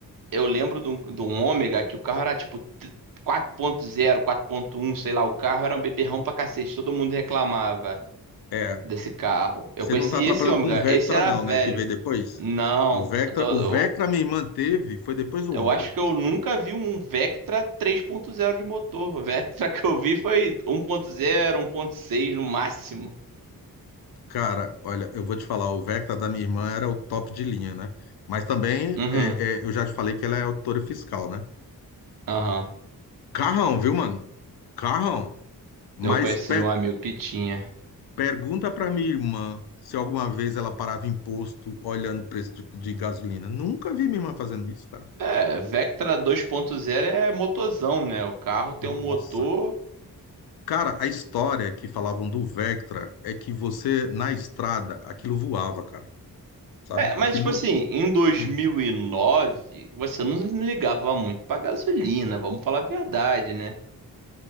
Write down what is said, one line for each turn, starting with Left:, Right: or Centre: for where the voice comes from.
Right: Eu lembro de um, de um Ômega que o carro era tipo t- quatro ponto zero, quatro ponto um sei lá. O carro era um beberrão pra cacete. Todo mundo reclamava
Left: É,
Right: desse carro. Eu
Left: você
Right: conheci
Left: não tá atrapalhando
Right: esse Ômega.
Left: com o Vectra
Right: Esse era
Left: não,
Right: velho.
Left: né, que veio depois?
Right: Não,
Left: O Vectra,
Right: eu tô,
Left: o
Right: eu,
Left: Vectra minha irmã teve, foi depois do
Right: eu
Left: ômega.
Right: acho que eu nunca vi um Vectra três ponto zero de motor. O Vectra <laughs> que eu vi foi um um ponto zero, um ponto seis no máximo.
Left: Cara, olha, eu vou te falar, o Vectra da minha irmã era o top de linha, né? Mas também,
Right: Uhum,
Left: é, é, eu já te falei que ela é auditora fiscal, né?
Right: aham.
Left: Carrão, viu, mano? Carrão. Mas
Right: Eu conheci
Left: pe-
Right: um amigo que tinha.
Left: pergunta pra minha irmã se alguma vez ela parava em posto olhando o preço de, de gasolina. Nunca vi minha irmã fazendo isso, cara.
Right: É, Vectra dois ponto zero é motorzão, né? O carro tem um motor.
Left: Nossa. Cara, a história que falavam do Vectra é que você, na estrada, aquilo voava, cara. Sabe?
Right: É, mas
Left: Aquilo
Right: tipo
Left: não.
Right: assim, em dois mil
Left: hum.
Right: e nove você não ligava muito pra gasolina, vamos falar a verdade, né?